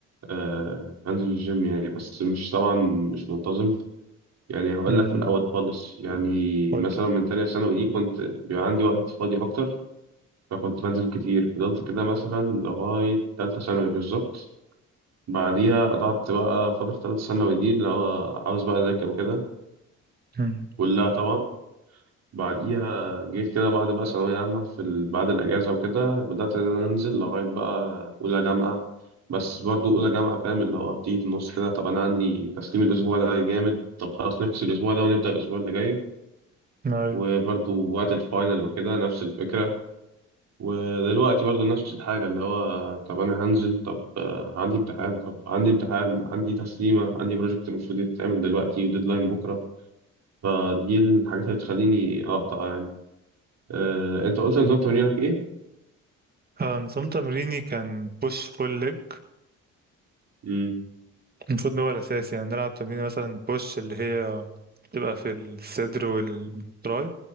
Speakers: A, on the right (about 60°); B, on the right (about 30°).
A: آه بنزل الجيم يعني بس مش طبعا مش منتظم يعني هقول
B: امم
A: لك من الاول خالص يعني
B: قولي
A: مثلا من تانية ثانوي دي كنت بيبقى عندي وقت فاضي اكتر فكنت بنزل كتير فضلت كده مثلا لغاية تالتة ثانوي بالظبط بعديها قطعت بقى فترة تالتة ثانوي دي اللي هو عاوز بقى اذاكر وكده
B: امم
A: كلها طبعا بعديها جيت كده بعد بقى ثانوية عامة في ال... بعد الأجازة وكده بدأت إن أنا أنزل لغاية بقى أولى جامعة بس برضو أولى جامعة فاهم اللي هو بتيجي في النص كده طب أنا عندي تسليم الأسبوع ده جامد طب خلاص نفس الأسبوع ده ونبدأ الأسبوع اللي جاي
B: أيوه
A: وبرضو وقت الفاينل وكده نفس الفكرة ودلوقتي برضو نفس الحاجة اللي هو طب أنا هنزل طب آه، عندي امتحان طب عندي امتحان عندي تسليمة عندي بروجكت المفروض يتعمل دلوقتي وديدلاين بكرة فدي الحاجات اللي بتخليني أقطع يعني آه، انت قلت نظام تمرينك ايه؟
B: آه، نظام تمريني كان بوش بول
A: امم
B: المفروض إن هو الأساس يعني بنلعب تمرين مثلا بوش اللي هي بتبقى في الصدر والتراي